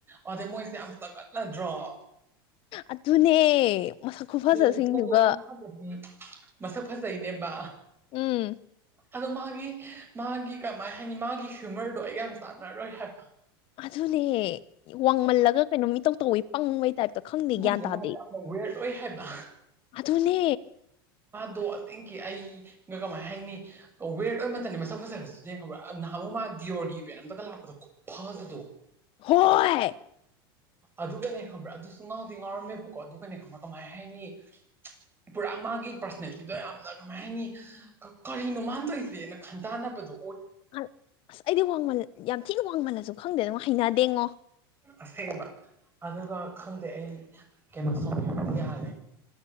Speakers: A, on the right (about 15°); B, on the left (about 45°).
A: ꯑꯗꯩ ꯃꯣꯏꯁꯦ ꯌꯥꯝ ꯆꯒꯠꯂꯗ꯭ꯔꯣ
B: ꯑꯗꯨ ꯑꯗꯨꯅꯦ ꯃꯁꯛ ꯈꯨꯐꯖꯁꯤꯡꯗꯨꯒ
A: ꯦꯝꯀꯗꯣ ꯑꯩꯅ ꯍꯪꯕꯗꯤ ꯃꯁꯛ ꯐꯖꯩꯅꯦꯕ
B: ꯎꯝ
A: ꯑꯗꯣ ꯃꯥꯒꯤ ꯃꯥꯒꯤ ꯀꯃꯥꯏ ꯍꯥꯏꯅꯤ ꯃꯥꯒꯤ ꯍ꯭ꯌꯨꯃꯔꯗꯣ ꯑꯩꯒ ꯌꯥꯝ ꯆꯥꯟꯅꯔꯣꯏ ꯍꯥꯏꯕ
B: ꯑꯗꯨꯅꯦ ꯋꯥꯡꯃꯜꯂꯒ ꯀꯩꯅꯣ ꯃꯤꯇꯧ ꯇꯧꯤ ꯄꯪꯕ ꯍꯥꯏꯇꯥꯔ ꯇ ꯈꯪꯅꯤ
A: ꯅꯠꯇꯦ
B: ꯒ꯭ꯌꯥꯟ ꯇꯥꯗꯦ
A: ꯃꯥꯗꯣ ꯌꯥꯝꯅ ꯋꯦꯔꯗ ꯑꯣꯏ ꯍꯥꯏꯕ
B: ꯑꯗꯨꯅꯦ
A: ꯗꯣ ꯑꯗꯨꯤꯡꯀꯤ ꯑꯩꯒ ꯀꯃꯥꯏꯅ ꯍꯥꯏꯅꯤ ꯋꯦꯔ ꯑꯣꯏꯕ ꯃꯇꯝꯅꯤ ꯃꯁꯛ ꯐꯖꯔꯁꯨ ꯈ꯭ꯔꯅꯥ ꯃꯥ ꯗꯤꯌꯣꯔꯒꯤ ꯏꯚꯦꯟ ꯑꯝꯇꯒ ꯂꯥꯛꯄꯗꯣ ꯈꯨꯠ ꯐꯥꯗꯗꯣ
B: ꯍ ꯍꯥꯏ
A: ꯑꯗꯨꯒꯅꯦ ꯈꯪꯕ꯭ꯔꯥ ꯑꯗꯨꯁꯨ ꯉꯥꯎꯗꯤ ꯉꯥꯎꯔꯝꯃꯦꯕꯀꯣ ꯑꯗꯨꯒꯅꯦ ꯈꯪꯕ꯭ꯔꯥ ꯀꯃꯥꯏ ꯍꯥꯏꯅꯤ ꯄꯨꯔꯥ ꯃꯥꯒꯤ ꯄꯔꯁꯅꯦꯂꯤꯇꯤꯗꯣ ꯌꯥꯝꯅ ꯀꯃꯥꯏ ꯍꯥꯏꯅꯤ ꯀꯔꯤꯅꯣ ꯃꯥꯟꯗꯣꯏꯁꯦꯅ ꯈꯟ ꯇꯅꯕꯗꯣ
B: ꯑ ꯑꯁ ꯑꯩꯗꯤ ꯋꯥꯡꯃꯜ ꯌꯥꯝ ꯊꯤꯅ ꯋꯥꯡꯃꯜꯂꯁꯨ ꯈꯪꯗꯦ ꯑꯗꯨ ꯍꯩꯅꯗꯦꯉꯣ
A: ꯑꯁꯦꯡꯕ ꯑꯗꯨꯒ ꯈꯪꯗꯦ ꯑꯩ ꯀꯩꯅꯣ ꯁꯣꯡꯉꯦ ꯌꯥꯜꯂꯦ